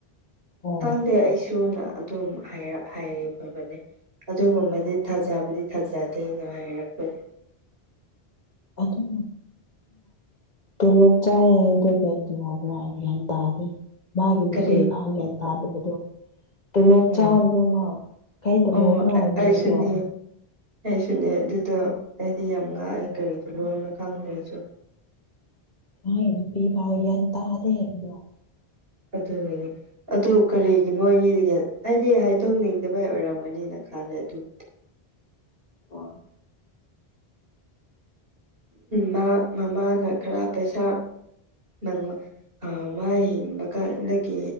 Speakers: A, on the left; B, on the right.
A: ꯑꯣ
B: ꯊꯗꯦ ꯍꯥꯏꯁ ꯊꯨꯅ ꯑꯗꯨꯝ ꯍꯥꯏꯕꯅꯤ ꯑꯗꯨꯒꯨꯝꯕꯗꯤ ꯊꯥꯖꯕꯗꯤ ꯐꯖꯗꯦꯅ ꯍꯥꯏꯔꯛꯄ
A: ꯑꯗꯨ ꯇꯣꯂꯣꯞ ꯆꯥꯏ ꯍꯥꯏꯗ ꯀꯩꯇꯕ꯭ꯔꯥ ꯒ꯭ꯌꯥꯟ ꯇꯥꯗꯤꯦ ꯃꯥꯒꯤ ꯅꯨꯄꯤꯄꯥ
B: ꯀꯔꯤ
A: ꯒ꯭ꯌꯥꯟ ꯇꯥꯗꯕꯗꯣ ꯇꯣꯂꯣꯞ
B: ꯎꯝ
A: ꯆꯥꯕꯗꯣꯃ ꯀꯩ ꯇꯣꯂꯣꯞꯅ
B: ꯑꯣ
A: ꯍꯥꯏꯕꯅꯣ
B: ꯑꯩꯁꯨꯅꯦ
A: ꯍꯥꯏꯗꯣ
B: ꯑꯩꯁꯨꯅꯦ ꯑꯗꯨꯗꯣ ꯑꯩꯗꯤ ꯌꯥꯝ ꯉꯥꯡꯑꯦ ꯀꯔꯤꯗ ꯂꯅ ꯈꯪꯗꯦꯁꯨ
A: ꯍ ꯑꯗꯨꯄꯤ ꯐꯥꯎ ꯌꯥꯟ ꯇꯥꯗꯦꯕꯗꯣ
B: ꯑꯗꯨꯒꯤꯅꯦ ꯑꯗꯨ ꯀꯔꯤꯒꯤ ꯃꯣꯏꯒꯤꯒ ꯍꯥꯏꯗꯤ ꯍꯥꯏꯗꯣꯛꯅꯤꯡꯗꯕꯩ ꯑꯣꯏꯔꯕ ꯐꯪꯒꯅꯤꯅ ꯈꯜꯂꯦ ꯑꯗꯨꯕꯨꯗꯤ
A: ꯑꯥ
B: ꯃꯥ ꯃꯃꯥꯅ ꯈꯔ ꯄꯩꯁꯥ ꯅꯪꯉ ꯑꯃ ꯍꯤꯡꯕ ꯀꯥꯟꯗꯒꯤ